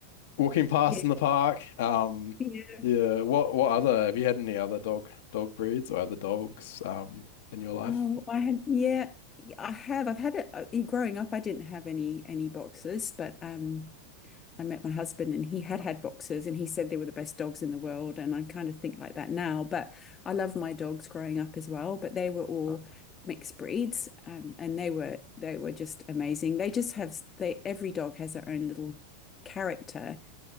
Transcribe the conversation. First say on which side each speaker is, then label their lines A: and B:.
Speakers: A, on the left (about 70°); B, on the left (about 25°).
A: walking past
B: yeah.
A: in the park. Um,
B: Yeah.
A: yeah. What what other have you had any other dog dog breeds or other dogs um in your life?
B: Oh, I had yeah, I have. I've had it uh, growing up I didn't have any any boxers, but um I met my husband and he had had boxers and he said they were the best dogs in the world. And I kind of think like that now. But I love my dogs growing up as well. But they were all mixed breeds um, and they were they were just amazing. They just have they every dog has their own little character